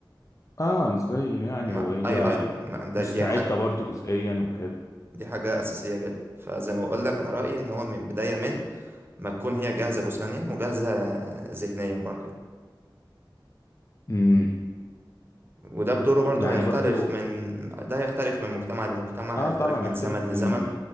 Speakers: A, on the left (about 40°); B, on the right (about 25°).
A: اه نسبيا يعني
B: ما
A: وهي
B: ايوه ايوه ما ده
A: مستعدة
B: دي حاجه
A: برضو جزئيا وكده
B: دي حاجه اساسيه جدا فزي ما بقول لك انا رايي ان هو من بدايه من ما تكون هي جاهزه جسمانيا وجاهزه ذهنيا برضه يعني.
A: مم.
B: وده بدوره برضه
A: يعني
B: هيختلف
A: برضو
B: من ده هيختلف من مجتمع لمجتمع
A: اه
B: هيختلف
A: طبعا
B: من
A: هيختلف
B: زمن لزمن
A: من